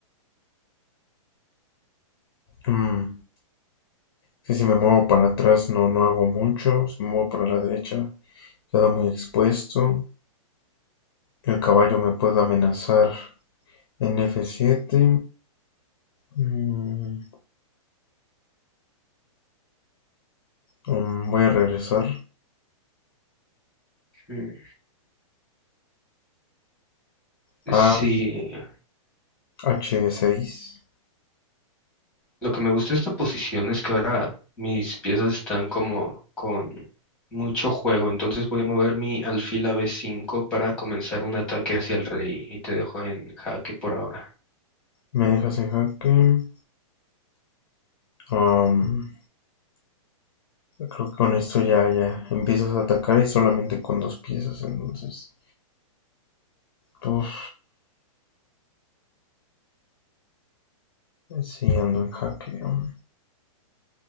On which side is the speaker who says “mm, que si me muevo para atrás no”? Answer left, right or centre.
Left